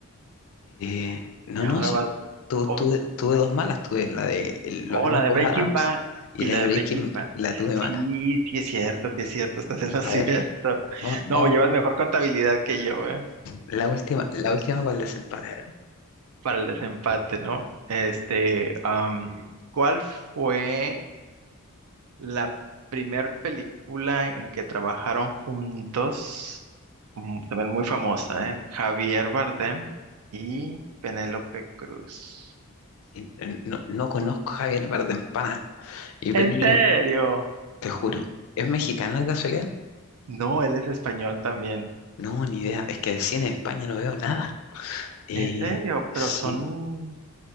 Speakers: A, on the left (about 65°); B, on the right (about 75°).
A: Eh, no,
B: Y
A: no,
B: ahora
A: sí,
B: vas.
A: tu-
B: Oh,
A: tuve, tuve dos malas. Tuve la de el-
B: oh,
A: los locos
B: la de Breaking
A: Adams
B: Bad.
A: y
B: Y
A: la
B: la
A: de Breaking
B: de Breaking Bad.
A: la tuve
B: Sí,
A: mala.
B: sí es cierto, sí es cierto, estás en lo
A: A
B: <laughs> cierto.
A: ver, vamos, vamos,
B: No, llevas mejor contabilidad que yo, ¿eh?
A: la última, la última para el desempate. a ver.
B: Para el desempate, ¿no? Este, am, ¿cuál fue la primer película en que trabajaron juntos? Mm, También muy famosa, ¿eh? Javier Bardem y Penélope Cruz.
A: Eh, eh, No, no conozco a Javier Bardempana y
B: ¿En
A: Penélope,
B: serio?
A: te juro. ¿Es mexicana de casualidad?
B: No, él es español también.
A: No, ni idea. Es que de cine de España no veo nada. Eh,
B: ¿En serio?
A: sí.
B: Pero son,